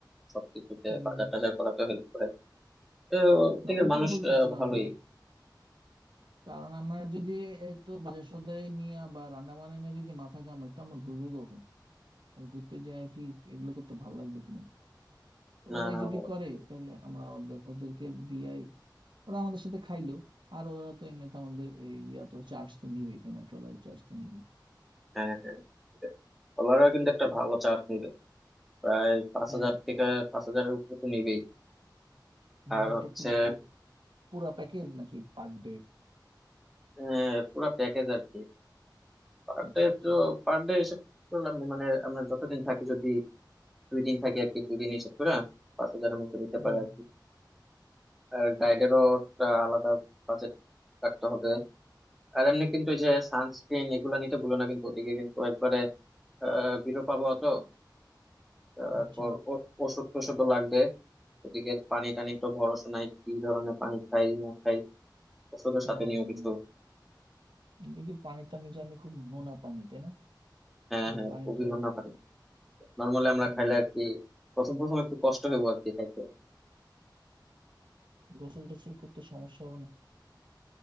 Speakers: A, in the centre; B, on the right.
A: সবকিছুতে
B: হুম
A: বাজার টাজার করাতে হেল্প করে তো ঠিক
B: না ওইটাই
A: মানুষ
B: বলতেছিলাম
A: আহ, ভালোই
B: আমরা কারণ আমরা যদি এত বাজার সদাই নিয়ে বা রান্না বান্না নিয়ে যদি মাথা ঘামাই তো আমরা ঘুরবো কখন আর ঘুরতে যায় কি এগুলো করতে ভালো লাগবে কিনা তো
A: না
B: ওরাই
A: না
B: যদি
A: ভালো
B: করে তাহলে আমরা ওদের ওদেরকে দিয়াই ওরা আমাদের সাথে খাইলো আর ওরা তো এমনিতে আমাদের এই ইয়া তো চার্জ তো নিবেই তাই না ট্রলারের চার্জ তো নিবেই
A: হ্যাঁ হ্যাঁ ডলারও কিন্তু একটা ভালো চার্জ নিবে প্রায় পাঁচ
B: তাই
A: হাজার থেকে পাঁচ হাজারের উপরে তো নিবেই আর
B: মানে
A: হচ্ছে
B: এটা কি পু- পুরা প্যাকেজ নাকি পার ডে
A: আহ, পুরো প্যাকেজ আর কি পার
B: আচ্ছা
A: ডে
B: আচ্ছা
A: তো পার ডে হিসেব করলাম মানে আমরা যতদিন থাকি যদি দুই দিন থাকি আর কি দুই দিন হিসেব করে পাঁচ হাজারের মতো নিতে
B: হুম
A: পারে আর কি আর গাইডেরও একটা আলাদা বাজেট রাখতে হবে আর এমনি কিন্তু এই যে সানস্ক্রিন এগুলো নিতে ভুলো না কিন্তু ওদিকে কিন্তু একবারে আহ বিরো পাবো তো তারপর
B: আচ্ছা
A: ও- ওষুধ টষুধও লাগবে ওদিকে পানি টানি তো ভরসা নাই কি ধরনের পানি খাই না খাই ওষুধের
B: ও
A: সাথে নিয়েও কিছু
B: দেখি পানি তো আমি জানি খুব নোনা পানি তাই না
A: হ্যাঁ
B: এই
A: হ্যাঁ
B: পানি
A: খুবই
B: তো
A: নোনা পানি নর্মালি আমরা
B: হম
A: খাইলে আর কি প্রথম প্রথম একটু কষ্ট হইব আর কি খাইতে
B: গোসল টোসল করতে সমস্যা হবে না